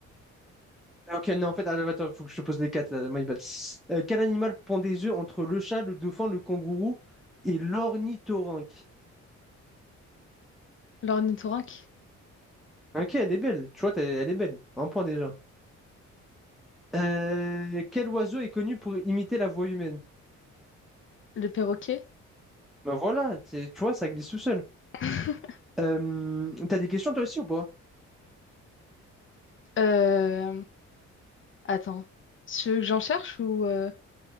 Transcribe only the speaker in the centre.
Ah, Ok, non, en fait, attends, attends, faut que je te pose les quatre, là, my bad. Euh, quel animal pond des œufs entre le chat, le dauphin, le kangourou et l'ornithorynque?
Ok, elle est belle. Tu vois, t'as- elle est belle. Un point déjà. Euh, quel oiseau est connu pour imiter la voix humaine?
Ben voilà, c'est- tu vois, ça glisse tout seul.
Euh, t'as des questions toi aussi ou pas?